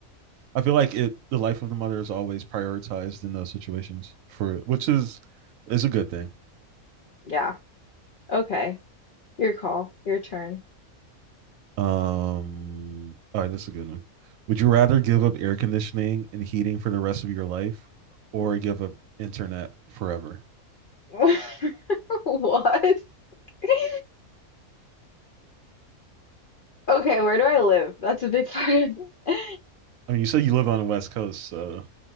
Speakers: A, on the right; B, on the left.
A: I feel like
B: It's,
A: it the life of the mother is always prioritized in those situations for which is is a good thing.
B: yeah. Okay. Your call. Your turn.
A: Um all right, this is a good one. Would you rather give up air conditioning and heating for the rest of your life or give up internet forever?
B: <laughs> What? <laughs> Okay, where do I live? That's a big part. <laughs>
A: I mean, you said you live on the West Coast, so